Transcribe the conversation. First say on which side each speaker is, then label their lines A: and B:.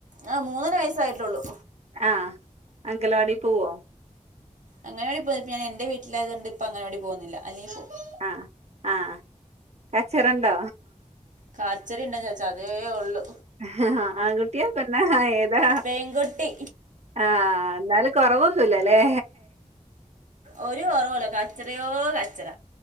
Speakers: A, on the right; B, on the right.
A: ആഹ്. മൂന്നര വയസായിട്ടുള്ളൂ.
B: ആഹ്. അങ്കലവാടി പോവോ?
A: അങ്ങനാടി പോന്ന. പ്പ ഞാനെന്റെ വീട്ടിലായതോണ്ട് ഇപ്പ അങ്ങനാടി പോന്നില്ല. അല്ലെങ്കി പോവും
B: ആഹ് ആഹ്. കച്ചറണ്ടോ?
A: കാച്ചറിണ്ടോ ചോയ്ച്ചാ അതേ ഉള്ളു.
B: ആഹ്. ആൺകുട്ടിയാ പെണ്ണാ ഏതാ?
A: പെൺകുട്ടി
B: ആഹ്. ന്നാലും കൊറവൊന്നുല്ലല്ലേ?
A: ഒര് കൊറവുല്ല. കച്ചറയോ കച്ചറ.